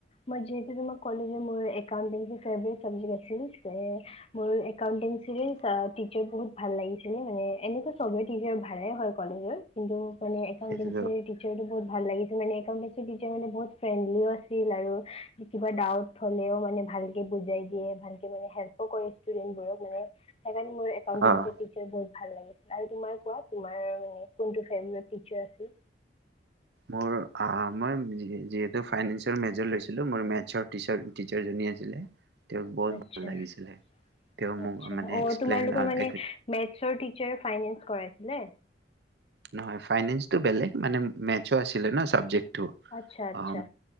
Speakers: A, on the left; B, on the right.
A: মই যিতিয়া ম কলেজে মোৰ একাউণ্টিং চ ফেভৰেট চাবজেক্ট আছিলে ছে মোৰ একাউণ্টিং <unintelligible> বহুত ভাল লাগিছিলে মানে এনেতো চবে টিচাৰ ভালে হয় কলেজৰ কিন্তু মান একাউণ্টেঞ্চি
B: সেইটো
A: টিচাৰটো বহুত ভাল লাগিছে মানে একাউণ্টেঞ্চি টিচাৰ মানে বহুত ফ্ৰেনলি আছে ছিল আৰু কিবা ডাউট হলেও মানে ভালকে বুজাই দিয়ে ভালকে মানে হেল্পো কৰিছিল ষ্টুডেণ্ট বোৰ বোৰ সেইকাৰণে মোৰ একাউণ্টেঞ্চি
B: অ'
A: টিচাৰ বহুত ভাল লাগে আৰু তোমাৰ কোৱা তোমাৰ কোনটো ফেভেৰেট টিচাৰ আছিল
B: মোৰ আ মই যি যিহেতু ফাইনেঞ্চৰ মেজৰ লৈছিলো মোৰ মেটছৰ টিচাৰ টিচাৰ জনী আছিলে তেওঁক বহুত
A: আা
B: ভাল লাগিছিলে।
A: অ
B: তেওঁ মোক মানে এক্সপ্লেইন
A: তোমালোকৰ
B: আৰু
A: মান
B: এক-
A: মিনে কৰা নে?
B: নয় ফাইনেন্সটো বেলেগ মানে মেছ আছিলে ন চাবজেক্ট।
A: আচ্ছা আচ্ছা
B: অ